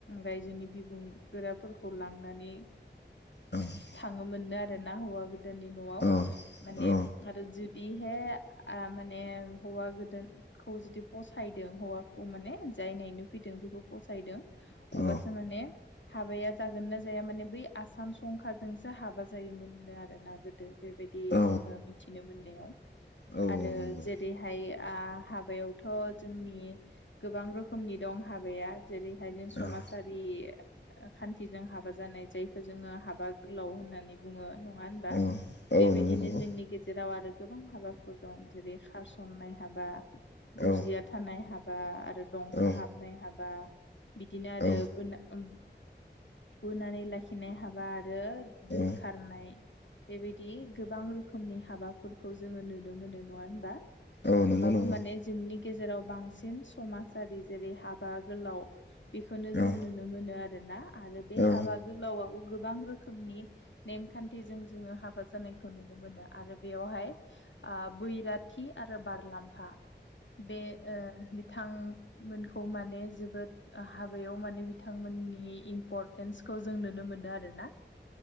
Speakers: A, on the left; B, on the left.
A: रायजोनि बिबुं ल
B: नंगौ
A: थ आरो ना हौ गोदोनि न'आव
B: औ
A: माने
B: औ
A: आरो जुदिहे माने हौवा गोदोखौ जुदि फसायदों हौवाखौ माने जाय नायनो फैदों बेखौ फसायदों अब्लाासो
B: औ
A: माने हाबाया जागोन ना जाया माने बै आसाम संखाराजोंसो हाबा जायोमोननो आरोोना गोदो बेबायदि बिदि
B: औ
A: जोङो मिथिनो मोननायाव
B: औ
A: आरो
B: औ नंगौ
A: जेरैहाय हाबायाव थ' जोंनि गोबां रोखोमनि दं हाबाया जेरैहाय जों समाजारि
B: औ
A: खान्थिजों हाबा जानाय जायखौ जोङो हाबा गोलाव होननानै बुङो नङा होनबा
B: औ औ
A: बेबायदिनो
B: नंगौ नंगौ
A: जोंनि गेजेराव आरो गोबां हाबाफोर दं जेरै खारसननाय हाबा गुरजिया
B: औ
A: थानाय हाबा आरो दंखा
B: औ
A: हाबनाय हाबा बिदिनो आरो
B: औ
A: बुनानै लाखिनाय हाबा आरो दोनखारनाय
B: औ
A: बेबायदि गोबां रोखोमनि हाबाफोरखौ जोङो नुनो मोनो नङा होनबा
B: औ
A: होमबाबो
B: नंगौ नंगौ
A: माने जोंनि गेजेराव बांसिन समाजारि जेरै हाबा गोलाव बेखौनो जों
B: औ
A: नुनो मोनो आरोोना आरो बे
B: औ
A: हाबा गोलावाव गोबां रोखोमनि नेमखान्थिजों जोङो हाबा जानायखौ नुनो मोनो आरो बेयावहाय बैराथि आरो बारलाम्फा बे बिथांमोनखौ माने जोबोद हाबायाव माने बिथांमोननि इम्परटेन्स खौ जों नुनो मोनो आरोना